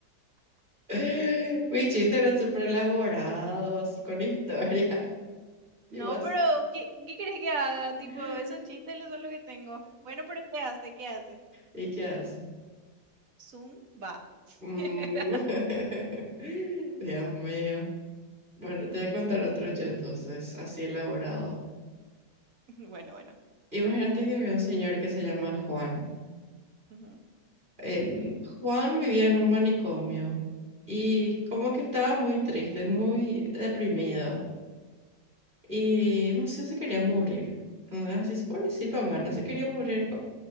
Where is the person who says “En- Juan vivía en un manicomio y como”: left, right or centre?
Right